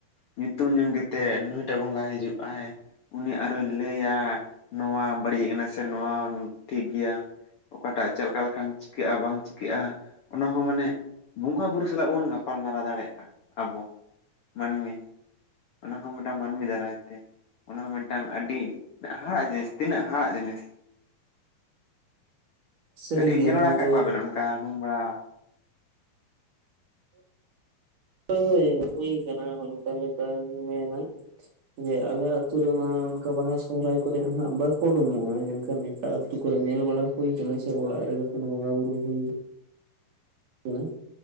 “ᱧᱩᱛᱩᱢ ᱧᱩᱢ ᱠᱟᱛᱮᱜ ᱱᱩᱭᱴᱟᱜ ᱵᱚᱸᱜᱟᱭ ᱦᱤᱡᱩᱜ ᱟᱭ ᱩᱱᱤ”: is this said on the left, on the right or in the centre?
Left